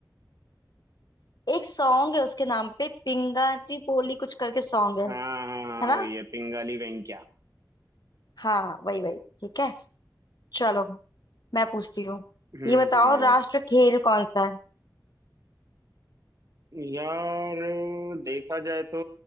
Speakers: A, on the left; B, on the right.
A: एक सॉन्ग है उसके नाम पे पिंगाटी पोली कुछ करके सॉन्ग है
B: हाँ हाँ हाँ,
A: है ना
B: वही है पिंगाली वेंकैया
A: हाँ वही वही ठीक है चलो मैं पूछती हूँ
B: हम्म
A: ये बताओ
B: तुम्हारे
A: राष्ट्र
B: में
A: खेल कौन सा है
B: यार देखा जाए तो